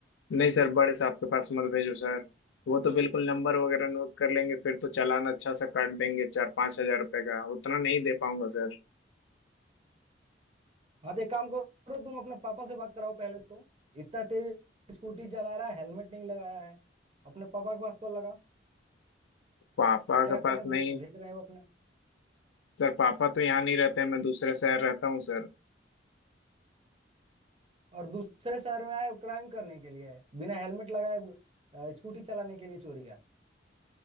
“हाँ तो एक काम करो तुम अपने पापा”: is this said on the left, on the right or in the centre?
Right